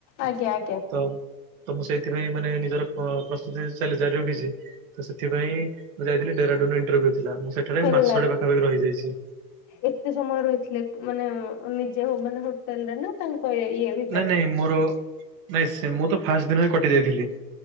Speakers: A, on the left (about 50°); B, on the right (about 55°).
A: ଆଜ୍ଞା ଆଜ୍ଞା।
B: ତ ତ ମୁଁ ସେଇଥିପାଇଁ ମାନେ ନିଜର ପ ପ୍ରସ୍ତୁତି ଜାରି ରଖିଛି। ତ ସେଥିପାଇଁ ମୁଁ ଯାଇଥିଲି ଡେରାଡୁନ ଇଣ୍ଟର୍ଭ୍ୟ ଥିଲା ମୁଁ ସେଠାରେ
A: ହେଲା
B: ମାସଟେ ପାଖାପାଖି ରହିଯାଇଛି।
A: ଏତେ ସମୟ ରହିଥିଲେ ମାନେ ନିଜେ ମାନେ ହୋଟେଲ ରେ ନା। ତାଙ୍କ ଇଏରେ।
B: ନାଇଁ ନାଇଁ ମୋର ନାଇଁ ସେ ମୁଁ ତ ଫାଷ୍ଟ ଦିନ ହିଁ କଟି ଯାଇଥିଲି।